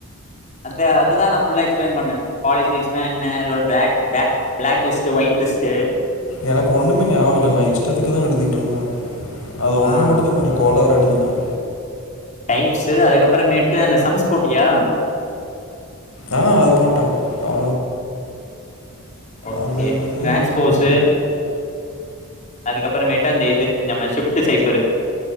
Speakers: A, on the left (about 35°); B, on the left (about 70°).
A: அத்த அததான் நான் ஃபுல்லா எக்ஸ்பிளைன் பண்ண பாலிசிஸ்னா என்ன அதோட block <unintelligible> block list white list
B: எனக்கு ஒன்றுமே ஞாபகம் இல்லை நான் இஷ்டத்துக்கு தான் எழுதிட்டு இருந்தேன் அது ஒன்று
A: ஆஹ்
B: மட்டும் தான் கொஞ்சம் கோளாறு எழுதினேன்
A: டைப்ஸ் அதுக்கப்புறமேட்டு அந்த சம்ஸ் போட்டியா
B: ஆ அது போட்டான் ஆ
A: ஓகே
B: அது என்னது
A: டிரான்ஸ்போசு அதுக்கப்புறமேட்டு அந்த இது நம்ம ஷிப்ட் சைஃபரு